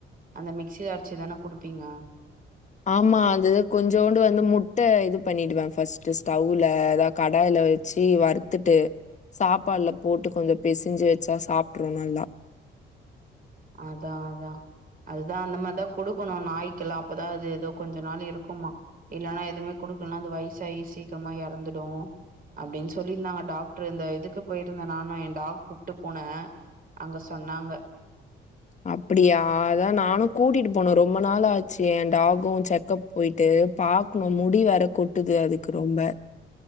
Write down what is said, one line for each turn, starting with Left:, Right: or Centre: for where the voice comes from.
Right: அந்த மிக்ச்சில அடிச்சிதான குடுப்பீங்க
Left: ஆமா அது கொஞ்சோண்டு வந்து முட்ட இது பண்ணிடுவே ஃபஸ்ட்டு ஸ்டவ்ல அதா கடாய்ல வெ ச்சி வறுத்துட்டு சாப்பாடுல போட்டு கொஞ்ச பெசிஞ்சு வச்சா சாப்ட்று நல்லா
Right: அதா அதா அதுதா அந்த மாரிதா குடுக்கணு நாய்க்கெலா அப்பதா அது ஏதோ கொஞ்ச நாள் இருக்குமா இல்லனா எதுவுமே குடுக்கலனா அது வயசாயி சீக்கிரமா எறந்துடு அப்டின்னு சொல்லிருந்தாங்க டாக்டரு இந்த இதுக்கு போயிருந்தே நானு எ டாக் கூப்ட்டு போனே அங்க சொன்னாங்க
Left: அப்டியா அதா நானு கூட்டிட்டு போனு ரொம்ப நாள ஆச்சு எ டாகு செக் கப் போயிட்டு பாக்கணு முடி வேற கொட்டுது அதுக்கு ரொம்ப